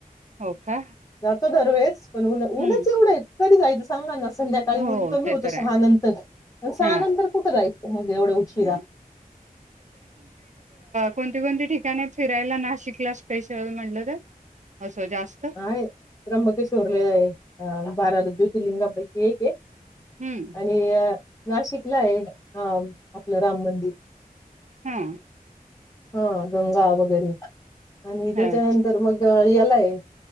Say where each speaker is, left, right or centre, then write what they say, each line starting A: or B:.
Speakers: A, on the right; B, on the left.
A: हो. का
B: जातो दरवेेळेस पण उन्ह,
A: हम्म
B: उनच एवढंहे. कधी जायचं? सांगा ना संध्याकाळी
A: हो
B: ऊन कमी
A: ते
B: होत
A: तर
B: सहा
A: आहे
B: नंतर, सहा
A: हा
B: नंतर कुठं जायचं मग एवढ्या उशिरा.
A: ह कोणते कोणते ठिकाण आहेत फिरायला नाशिकला स्पेशल म्हटलं तर? असं जास्त
B: आहे, त्र्यंबकेश्वरला आहे. अ बारा ज्योतिर्लिंगापैकी एक आहे.
A: हम्म
B: आणि आ नाशिकला आहे, हं आपलं, राम मंदिर.
A: हम्म.
B: हं, दंगा वगैरे. आणि तेच्यानंतर
A: अच्छा
B: मग आई यालाहे.